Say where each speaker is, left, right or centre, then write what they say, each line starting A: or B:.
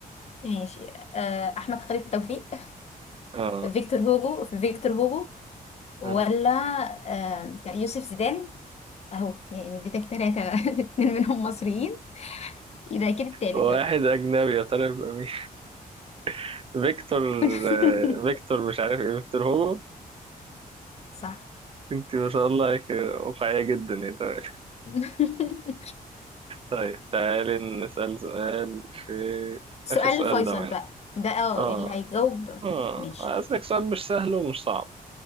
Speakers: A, on the left; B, on the right.
A: ماشي آه احمد خالد توفيق
B: آه
A: فيكتور هوجو فيكتور هوجو ولا
B: آه
A: آه كان يوسف زيدان اهو يعني اديتك تلاتة <laughs> اتنين منهم مصريين يبقى اكيد التالت
B: واحد
A: بقى
B: أجنبي يا ترى يبقى مين <laughs> فيكتور
A: <laughs>
B: آه، فيكتور مش عارف إيه فيكتور هو
A: صح
B: أنت ما شاء الله عليك آه، واقعية جدا يعني طيب
A: <laughs>
B: طيب، تعالي نسأل سؤال في
A: سؤال
B: آخر سؤال
A: فيصل
B: ده معانا
A: بقى ده اه
B: اه
A: اللي هيجاوب
B: آه
A: ماشي
B: أسألك سؤال مش سهل ومش صعب